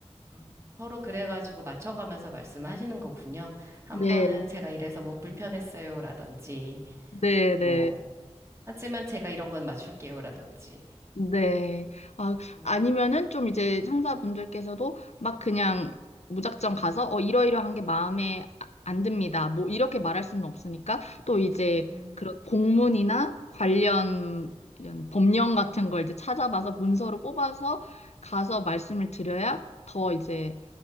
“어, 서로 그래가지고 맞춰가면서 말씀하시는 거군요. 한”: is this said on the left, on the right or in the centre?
Right